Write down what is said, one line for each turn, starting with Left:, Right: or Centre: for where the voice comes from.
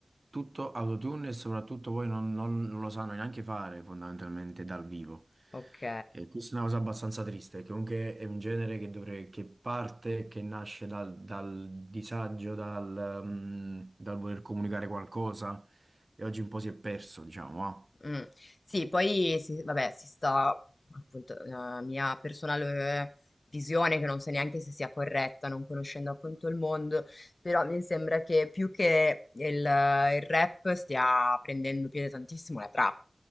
Right: tutto autotune e soprattutto poi non, non- non lo sanno neanche fare fondamentalmente dal vivo.
Left: Ok.
Right: E questa è una cosa abbastanza triste, che comunque è un genere che, dovre- che parte, che nasce dal, dal disagio, dal, mm, dal voler comunicare qualcosa e oggi un po' si è perso, diciamo. ah.
Left: Mm. Sì, poi si, vabbè, si sta appunto la mia personale eh, visione che non so neanche se sia corretta, non conoscendo appunto il mondo, però mi sembra che più che il, il rap stia prendendo piede tantissimo la trap,